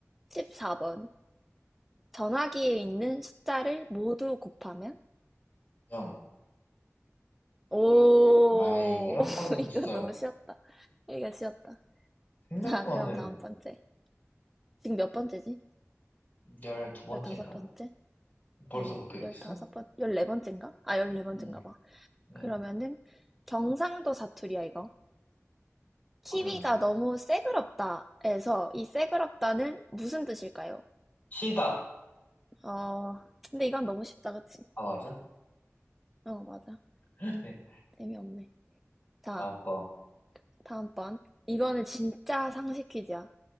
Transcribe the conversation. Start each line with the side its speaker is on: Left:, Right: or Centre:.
Centre: 14번. 전화기에 있는 숫자를 모두 곱하면?
Left: 영.
Centre: 오,
Left: 아이, 이런
Centre: <laughs>
Left: 거는
Centre: 이거
Left: 진짜
Centre: 너무 쉬웠다. 이거 쉬웠다.
Left: 생각도
Centre: 자, 그럼
Left: 안 해.
Centre: 다음 번째. 지금 몇 번째지?
Left: 열 두 번째인가?
Centre: 열다섯 번째?
Left: 벌써
Centre: 아니,
Left: 그렇게 됐어?
Centre: 열다섯 번, 열네 번째인가? 아, 열네 번째인가
Left: 응,
Centre: 봐.
Left: 응.
Centre: 그러면은 경상도 사투리야, 이거. 키위가
Left: 어려웠네.
Centre: 너무 새그럽다에서 이 새그럽다는 무슨 뜻일까요?
Left: 시다.
Centre: 어, 근데 이건 너무 쉽다, 그치?
Left: 아, 맞아?
Centre: 어, 맞아.
Left: <laughs> 네.
Centre: 재미없네. 자,
Left: 다음 거.
Centre: 다음번. 이거는 진짜 상식 퀴즈야.